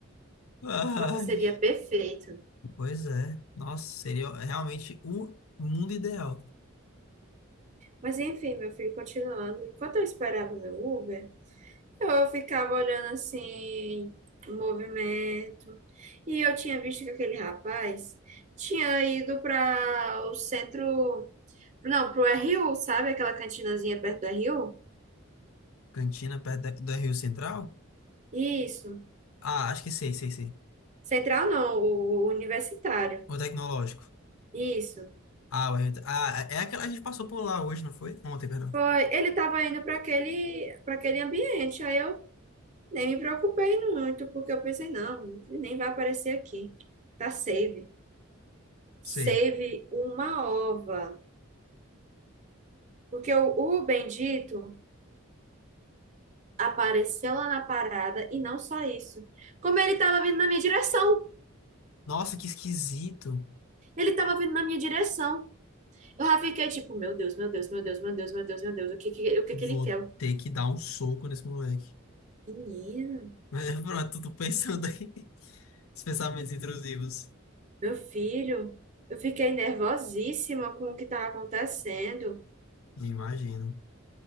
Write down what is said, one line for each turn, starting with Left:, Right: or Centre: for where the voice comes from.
Left: Ai.
Right: Nossa, seria perfeito.
Left: Pois é. Nossa, seria realmente o mundo ideal.
Right: Mas enfim, meu filho, continuando. Enquanto eu esperava o meu Uber, eu ficava olhando assim, o movimento. E eu tinha visto que aquele rapaz tinha ido para o centro, não, pro RU, sabe? Aquela cantinazinha perto do RU?
Left: Cantina perto da- do Rio Central?
Right: Isso.
Left: Ah, acho que sei, sei, sei.
Right: Central não, o o universitário.
Left: O tecnológico.
Right: Isso.
Left: Ah, o Everton. Ah, é aquela a gente passou por lá hoje, não foi? Ontem, perdão.
Right: Foi, ele estava indo para aquele, para aquele ambiente. Aí eu nem me preocupei muito, porque eu pensei, não, ele nem vai aparecer aqui. Tá safe.
Left: Sei.
Right: Save uma ova. Porque o, o bendito apareceu lá na parada e não só isso. Como ele tava vindo na minha direção.
Left: Nossa, que esquisito.
Right: Ele tava vindo na minha direção. Eu já fiquei tipo, meu Deus, meu Deus, meu Deus, meu Deus, meu Deus, meu Deus. O que que, o que
Left: Vou
Right: que ele quer?
Left: ter que dar um soco nesse moleque.
Right: Menina,
Left: Mas <laughs> pronto, tô pensando aí. <laughs> Os pensamentos intrusivos.
Right: meu filho. Eu fiquei nervosíssima com o que tava acontecendo.
Left: Me imagino.